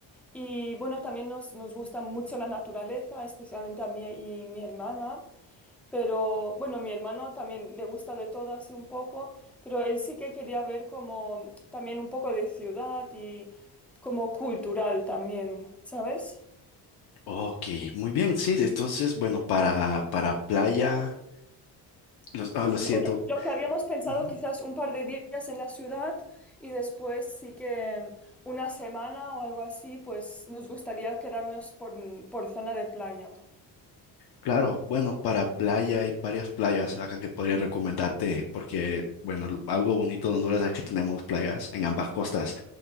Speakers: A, in the centre; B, on the left.
A: Y bueno, también nos, nos gusta mucho la naturaleza, especialmente a mí y mi hermana. Pero bueno, mi hermano también le gusta de todo así un poco, pero él sí que quería ver como también un poco de ciudad y como cultural también, ¿sabes?
B: Ok, muy bien, sí. Entonces, bueno, para, para playa, los- ah, lo siento.
A: Bueno, lo que habíamos pensado
B: Ujú.
A: quizás un par de días en la ciudad y después sí que una semana o algo así, pues nos gustaría quedarnos por, por zona de playa.
B: Claro, bueno, para playa hay varias playas acá que podría recomendarte porque, bueno, algo bonito de Honduras es que tenemos playas en ambas costas.